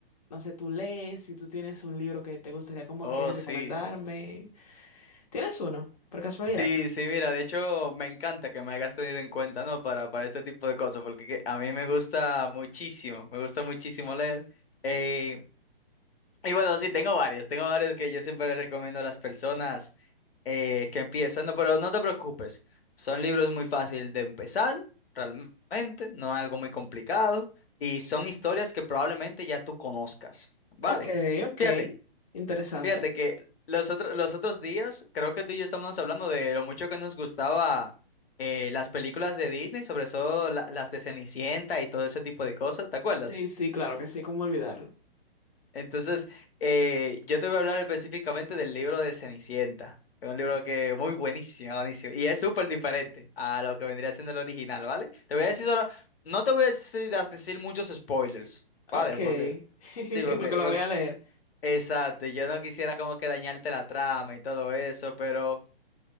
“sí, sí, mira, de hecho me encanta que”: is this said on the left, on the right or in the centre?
Left